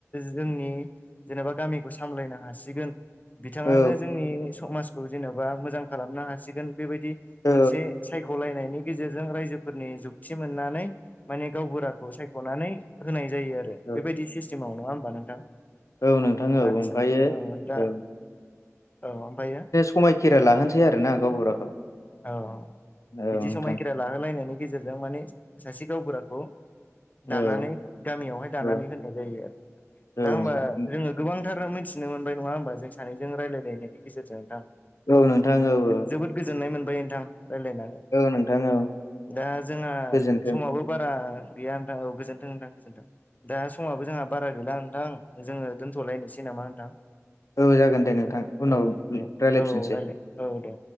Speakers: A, on the left; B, on the left.
A: जोंनि जेनेबा गामिखौ सामलायनो हासिगोन बिथाङानो
B: औ
A: जोंनि समाजखौ जेन'बा मोजां खालामनो हासिगोन बेबायदि
B: औ
A: मोनसे सायख'लायनायनि गेजेरजों रायजोफोरनि जुगथि मोननानै माने गावबुराखौ सायख'नानै होनाय जायो आरो
B: औ
A: बेबायदि सिस्टेमाव नङा होमबा नोंथां।
B: औ औ नोंथां औ
A: आदसा
B: ओमफ्रायो
A: औ दा
B: औ
A: औ ओमफ्रायो
B: खायखेरा लाहोसै आरो ना गावबुराखौ
A: औ
B: औ
A: बिदि
B: नोंथां
A: समायखेरा लाहोलायनायनि गेजेरजों माने सासे गावबुराखौ
B: औ
A: दानानै गामियावहाय दानानै
B: औ
A: होनाय जायो आरो
B: औ
A: दा होमबा
B: नोंथां
A: जोङो गोबांथार मिथिनो मोनबाय नङा होमबा जों सानैजों रायजलायलायनायनि गेजेरजों नोंथां।
B: औ नोंथां औ औ
A: जोबोद गोजोननाय मोनबाय नोंथां रायज्लायनानै।
B: औ नोंथां औ
A: दा जोंहा
B: गोजोन्थों
A: समावबो बारा गैया नोंथां औ गोजोन्थों नोंथां गोजोन्थों दा समाबो जोंहा बारा गैला नोंथां जोङो दोन्थ'लायनोसै नामा नोंथां
B: औ जागोन दे नोंथां उनाव
A: औ दे
B: रायलायफिनसै
A: औाले औ दे